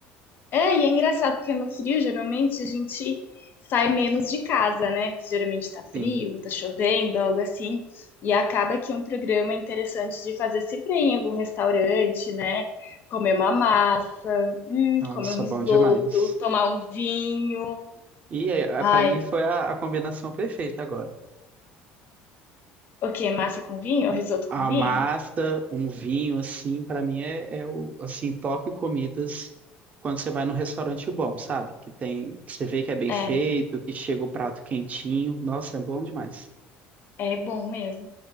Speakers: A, on the left; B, on the right.
A: é, e é engraçado porque no frio geralmente a gente sai menos de casa, né? Porque geralmente tá frio,
B: Sim.
A: tá chovendo, algo assim. E acaba que um programa interessante de fazer sempre é em algum restaurante, né? Comer uma massa Hum,
B: Nossa,
A: comer um risoto,
B: bom demais.
A: tomar um vinho.
B: E é,
A: Ai,
B: para mim foi a, a combinação perfeita agora.
A: o quê? Massa com vinho? Risoto com
B: A
A: vinho?
B: massa, um vinho, assim, pra mim é, é o, assim, top comidas quando você vai num restaurante bom, sabe? Que tem, que você vê que é bem
A: É,
B: feito, que chega o prato quentinho. Nossa, é bom demais.
A: é bom mesmo.